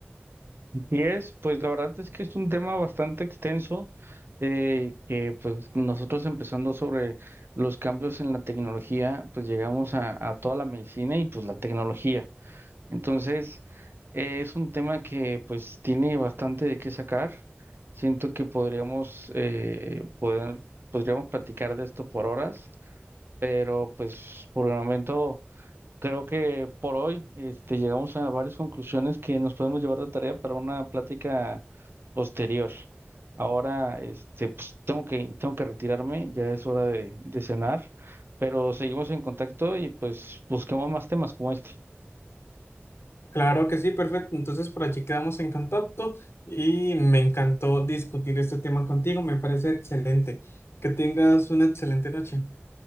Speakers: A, on the right; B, on the left.
A: Y es, pues la verdad es que es un tema bastante extenso, eh, que pues nosotros empezando sobre los cambios en la tecnología, pues llegamos a, a toda la medicina y pues la tecnología. Entonces, eh, es un tema que pues tiene bastante de qué sacar. Siento que podríamos, eh, poder, podríamos platicar de esto por horas, pero pues por el momento... Creo que por hoy este, llegamos a varias conclusiones que nos podemos llevar de tarea para una plática posterior. Ahora este, pues, tengo que, tengo que retirarme, ya es hora de, de cenar, pero seguimos en contacto y pues busquemos más temas como este.
B: Claro que sí, perfecto. Entonces por allí quedamos en contacto y me encantó discutir este tema contigo. Me parece excelente. Que tengas una excelente noche.